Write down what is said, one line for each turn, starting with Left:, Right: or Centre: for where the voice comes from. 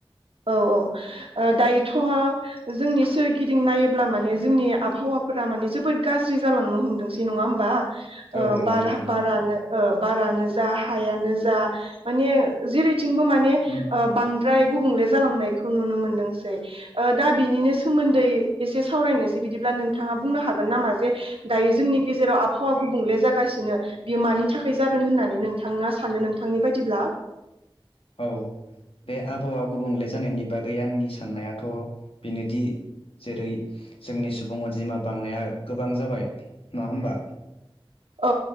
Right: औ औ ओ दायोथ' जोंनि सोरगिदिं नायोब्ला माने जोंनि आबहावाफोरा माने जोबोद गाज्रि जालांनो हमदोंसै नङा होमबा? ओ
Left: औ नंगौ
Right: बारा
Left: नंगौ
Right: बारानो ओ बारानो जा हायानो जा माने जेरैथिंबो माने
Left: उम उम
Right: ओ बां द्राय गुबुंले जालांनायखौ नुनो मोनदोंसै दा बिनिनो सोमोन्दै एसे सावरायनोसै बिदिब्ला नोंथाङा बुंनो हागोन नामा जे दायो जोंनि गेजेराव आबहावा गुबुंले जागासिनो। बियो मानि थाखाय जादों होननानै नोंथाङा सानो नोंथांनि बायदिब्ला?
Left: औ बे आबहावा गुबुंले जानायनि बागै आंनि साननायाथ' बेनोदि जेरै जोंनि सुबुं अनजिमा बांनाया गोबां जाबाय नङा होमबा?
Right: औ